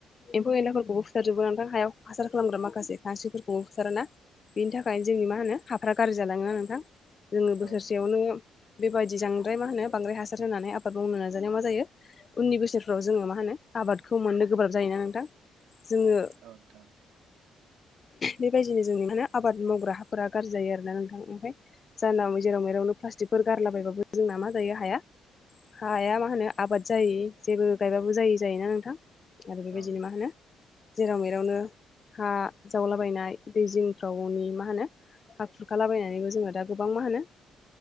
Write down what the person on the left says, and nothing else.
एम्फौ एन्लाफोरखौबो फुथारजोबो नोंथां हायाव हासार खालामग्रा माखासे खांस्रिफोरखौबो फुथारोना। बिनि थाखायनो जोंनि मा होनो हाफ्रा गाज्रि जालाङो नोंथां। जोङो बोसोरसेयावनो
बेबायदि जांद्राय मा होनो बांद्राय हासार होनानै आबाद मावनो नाजानायाव मा जायो उननि बोसोरफ्राव जोङो मा होनो आबादखौ मोननो गोब्राब जायोना नोंथां। जोङो
बेबायदिनो जोंनि माहनो आबाद मावग्रा हाफोरा गाज्रि जायो आरोना नोंथां ओमफाय जानाव जेराव मेरावनो प्लास्टिकफोर गारलाबायबाबो जोंना मा जायो हाया। हाया मा होनो आबाद जायै जेबो गायबाबो जायै जायोना नोंथां आरो बेबायदिनो
मा होनो। जेराव मेरावनो हा जावलाबायनाय दै जिंफ्रावनि मा होनो हा खुरखालाबायनानैबो जोङो दा गोबां मा होनो